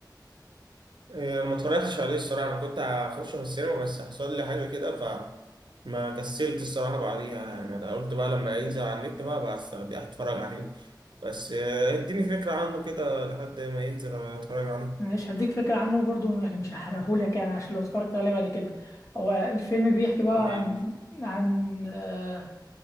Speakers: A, on the right; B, on the left.
A: إيه، ما اتفرجتش عليه الصراحة أنا كنت هخش في السينما بس حصل لي حاجة كده فما كسلت الصراحة بعديها يعني أنا قلت بقى لما ينزل على النت بقى بس هتفرج عليه بس آه، اديني فكرة عنه كده لحد ما ينزل اتفرج عليه
B: مش هديك فكرة عنه برضو يعني مش هحرقهولك يعني عشان لو اتفرجت عليه بعد كده هو الفيلم بيحكي بقى
A: ماشي
B: عن عن آه،